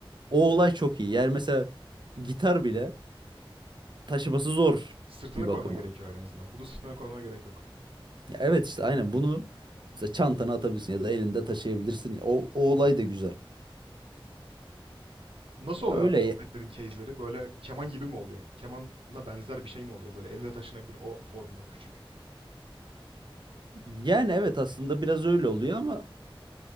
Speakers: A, on the right; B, on the right.
A: O olay çok iyi. Yani mesela gitar bile taşıması zor
B: Sırtına
A: bir bakıma.
B: koyman gerekiyor en azından. Bunu sırtına koymana gerek yok.
A: Ya evet işte aynen bunu mesela çantana atabilirsin ya da elinde taşıyabilirsin. ya. O, o olay
B: Doğru.
A: da güzel.
B: Nasıl
A: Ya
B: oluyor
A: Öyle
B: abi trompetlerin
A: ya-
B: case'leri? Böyle keman gibi mi oluyor? Kemana benzer bir şey mi oluyor? Böyle elle taşınabilir o formda küçük.
A: yani evet aslında biraz öyle oluyor ama